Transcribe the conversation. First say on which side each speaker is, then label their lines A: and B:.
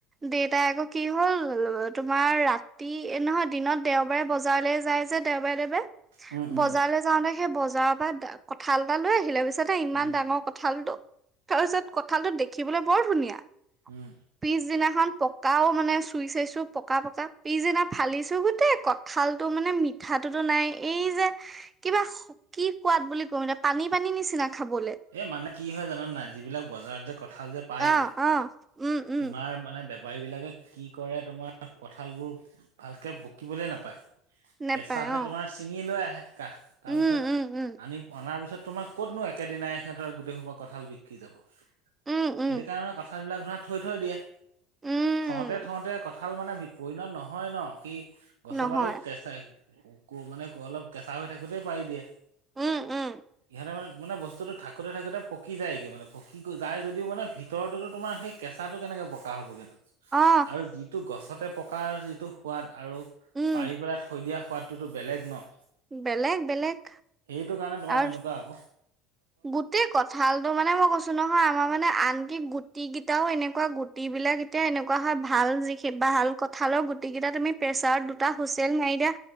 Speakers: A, on the right (about 25°); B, on the right (about 80°).
A: দেউতাই আকৌ কি হ'ল তোমাৰ ৰাতি নহয় দিনত দেওবাৰে বজাৰলৈ যাই যে দেওবাৰে দেওবাৰে
B: উম উম
A: বজাৰলৈ যাওঁতে সেই বজাৰৰ পৰা কঁঠাল এটা লৈ আহিলে পিছত ইমান
B: উম
A: ডাঙৰ কঁঠালটো তাৰপিছত কঁঠালটোত দেখিবলৈ বৰ ধুনীয়া।
B: উম।
A: পিছদিনাখন পকাও মানে চুই চাইছো পকা পকা, পিছদিনা ফালিছো গোটেই কত খালতটো মানে মিঠাটোতো নাই এই যে কিবা কি সোৱাদ বুলি কওঁ এতিয়া, পানী পানী নিচিনা খাবলে।
B: এ' মানে কি হয় জানান নাই, যিবিলাক বজাৰত যে কঠাল যে পাই
A: অ
B: যে,
A: অ উম উম
B: তোমাৰ মানে বে বপাৰীবিলাকে কি কৰে তোমাৰ কঁঠালবোৰ ভালকে পকিবলৈ নাপায়।
A: নেপায়
B: কেঁচাতে
A: অ
B: তোমাৰ ছিঙি লৈ আহে কাহ তাৰপিছত
A: উম উম উম
B: আনি অনাৰ পিছত তোমাৰ ক'তনো একেদিনাই সিহঁতৰ গোটেইখোপা কঁঠাল বিক্ৰী যাব। সেইটো
A: উম উম
B: কাৰণে মানে কথাবিলাক ধৰা থৈ থৈ দিয়ে
A: উম
B: থওঁতে থওঁতে কথা, কঁঠাল মানে পৰিণত নহয় ন কি গছৰ
A: নহয়
B: পা টো কেচা, কো মানে অলপ কেঁচা হৈ থাকোতেই পাৰি দিয়ে
A: উম উম
B: ইহঁতে মানে, মানে বস্তুটো থাকোঁতে থাকোতে পকি যায়গৈ মানে পকি যায় যদিও মানে ভিতৰতোতো তোমাৰ সেই, কেঁচাটো কেনেকে পকা হ'বগৈ নো।
A: অ
B: আৰু যিটো গছতে পকাৰ যিটো সোৱাদ আৰু
A: উম
B: পাৰি পেলাই থৈ দিয়া সোৱাদ, তো বেলেগ ন'
A: বেলেগ বেলেগ
B: সেইটো কাৰণে তোমাৰ
A: আৰু
B: তেনেকুৱা আক।
A: গোটেই কথা, ঠালতো মানে মই কৈছো নহয় আমাৰ মানে আনকি গুটি কেইটাও এনেকুৱা গুটি বিলাক, এতিয়া এনেকুৱা হয় ভাল যিখিনি ভাল কঁঠালৰ গুটি কেইটা তুমি প্ৰেছাৰত দুটা হুইচেল মাৰি দিয়া।